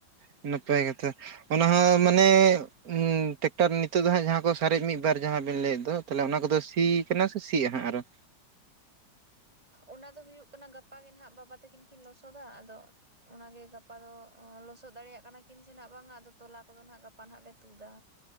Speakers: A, on the right (about 55°); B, on the right (about 20°).
A: ᱦᱩᱸ ᱱᱟᱯᱟᱭ ᱜᱮᱛᱚ ᱚᱱᱟ ᱦᱚᱸ ᱢᱟᱱᱮ᱾ ᱦᱩᱸᱴᱮᱠᱴᱟᱨ ᱱᱤᱛᱚᱜ ᱫᱚ ᱦᱟᱸᱜ ᱡᱟᱦᱟᱸ ᱠᱚ ᱥᱟᱨᱮᱡ ᱢᱤᱫ ᱵᱟᱨ ᱡᱟᱦᱟᱸ ᱵᱮᱱ ᱞᱟᱹᱭᱮᱫ ᱫᱚ ᱛᱟᱦᱚᱞᱮ ᱚᱱᱟ ᱠᱚᱫᱚ ᱥᱤ ᱟᱠᱟᱱᱟ ᱥᱮ ᱥᱤᱜ ᱟᱦᱟᱜ ᱟᱨᱦᱚᱸ
B: ᱚᱱᱟ ᱫᱚ ᱦᱩᱭᱩᱜ ᱠᱟᱱᱟ ᱜᱟᱯᱟ ᱜᱮ ᱱᱟᱜ ᱵᱟᱵᱟ ᱛᱟᱹᱠᱤᱱ ᱠᱤᱱ ᱞᱚᱥᱚᱫᱟ ᱟᱫᱚ᱾ ᱚᱱᱟᱜᱮ ᱜᱟᱯᱟ ᱫᱚ ᱞᱚᱥᱚᱫ ᱫᱟᱲᱮᱭᱟᱜ ᱠᱟᱱᱟ ᱠᱤᱱ ᱥᱮ ᱱᱟᱜ ᱵᱟᱝᱼᱟ ᱟᱫᱚ ᱛᱚᱞᱟ ᱠᱚᱫᱚ ᱱᱟᱜ ᱜᱟᱯᱟ ᱱᱟᱜ ᱞᱮ ᱛᱩᱫᱟ᱾